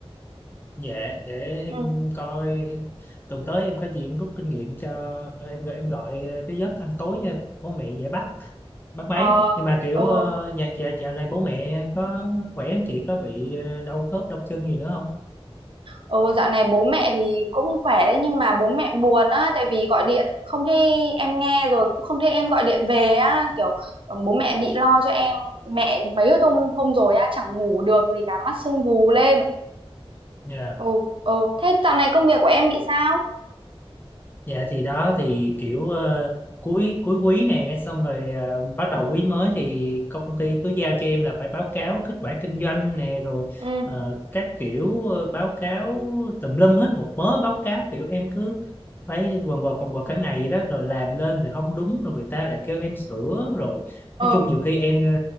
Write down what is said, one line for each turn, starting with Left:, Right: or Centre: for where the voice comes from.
Left: dạ để em
Right: ừ
Left: coi tuần tới em có gì em rút kinh nghiệm cho em em gọi cái giấc ăn tối cho bố mẹ dễ bắt mất mấy
Right: ờ
Left: nhưng mà kiểu
Right: ừ.
Left: ờ, dạ dạ dạo này bố mẹ có khỏe không chị có bị ờ, đau khớp đau chân gì nữa không
Right: Ừ, dạo này bố mẹ thì cũng khỏe đấy nhưng mà bố mẹ buồn á tại vì gọi điện không thấy em nghe rồi cũng không thấy em gọi điện về á kiểu ừ, bố mẹ bị lo cho em mẹ mấy hôm hôm rồi á chẳng ngủ được gì cả mắt sưng vù lên
Left: dạ
Right: ừ ừ thế dạo này công việc của em bị sao
Left: dạ thì đó thì kiểu ờ, cuối cuối quý nè xong rồi ờ, bắt đầu quý mới thì công ty cứ giao cho em là phải báo cáo kết quả kinh doanh nè rồi
Right: ừ
Left: ờ, các kiểu ờ, báo cáo tùm lum hết một mớ báo cáo kiểu em cứ phải quần quật quần quật cả ngày vậy đó rồi làm lên rồi không đúng rồi người ta lại kêu em sửa rồi nói
Right: ừ
Left: chung nhiều khi em ờ,